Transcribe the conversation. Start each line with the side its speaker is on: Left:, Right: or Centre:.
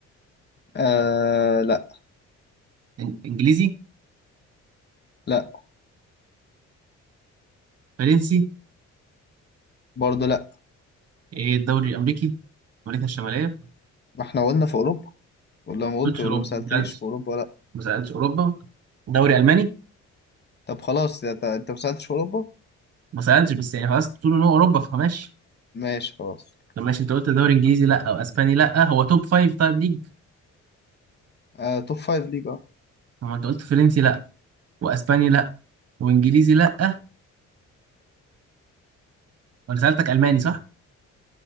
Left: آه لا
Right: إن- انجليزي
Left: لا
Right: فرنسي
Left: برضه لا
Right: إيه الدوري الامريكي امريكا الشماليه ما
Left: ما احنا قلنا في أوروبا ولا ما قلت
Right: سالتش
Left: ولا
Right: اوروبا
Left: ما سألتنيش
Right: ما سالتش
Left: في أوروبا لا
Right: ما سالتش اوروبا دوري الماني
Left: طب خلاص يا- انت ما سألتش في أوروبا
Right: ما سالتش بس يعني خلاص تقول ان هو اوروبا فماشي
Left: ماشي خلاص
Right: طب ماشي انت قلت دوري انجليزي لا او اسباني لا هو توب فايف طيب ليج
Left: آه توب فايف ليج اه
Right: هو انت قلت فرنسي لا واسباني لا وانجليزي لا وانا سالتك الماني صح؟